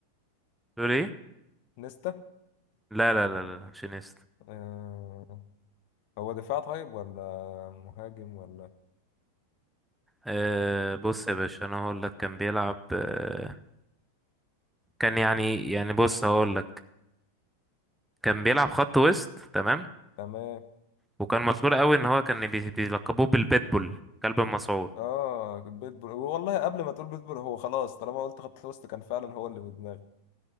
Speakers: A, in the centre; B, on the left.
A: تقول ايه؟
B: نيستا
A: لا لا لا لا شينيستا
B: آه. هو دفاع طيب ولا مهاجم ولا
A: أه بص يا باشا انا هقول لك كان بيلعب أه كان يعني يعني بص هقول لك كان بيلعب خط وسط تمام
B: تمام
A: وكان مشهور قوي ان هو كان بي- بيلقبوه بالبيتبول كلب المسعور
B: اه بيتبول والله قبل ما تقول بيتبول هو خلاص طالما قلت خط وسط كان فعلا هو اللي في دماغي